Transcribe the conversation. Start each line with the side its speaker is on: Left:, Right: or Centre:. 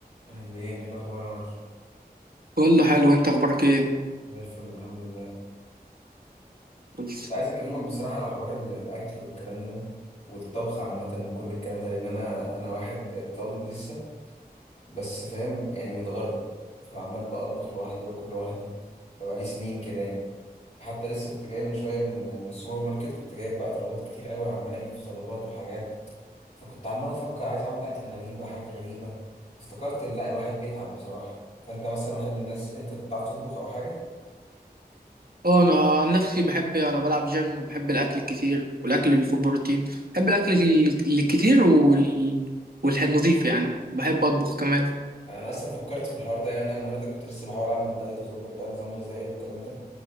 Left: اهلين ايه الاخبار يا معلم
Right: كله حلو انت اخبارك ايه
Left: زي الفل الحمد لله
Right: بس.
Left: كنت عايز اكلمك بصراحه على حوار ال- الاكل والكلام ده والطبخ عامه وكل الكلام ده لان انا انا واحد طالب لسه بس فاهم يعني متغرب فعمال بطبخ لوحدي واكل لوحدي فبقالي سنين كده يعني حتى لسه كنت جاي من شويه من من السوبر ماركت كنت جايب بقى طلبات كتير قوي عمال اجيب في طلبات وحاجات فكنت عمال افكر عايز اعمل اكله غريبه حاجه غريبه افتكرت ان لا الواحد بيتعب بصراحه فانت مثلا واحد من الناس انت بتعرف تطبخ او حاجه
Right: اه انا عن نفسي بحب انا بلعب جيم وبحب الاكل الكتير والاكل اللي فيه بروتين بحب الاكل ال- الكتير وال... والنظيف يعني بحب اطبخ كمان
Left: انا اصلا فكرت في الحوار ده يعني انا النهارده كنت لسه بحاول اعمل دايت واظبط بقى نظام غذائي والكلام ده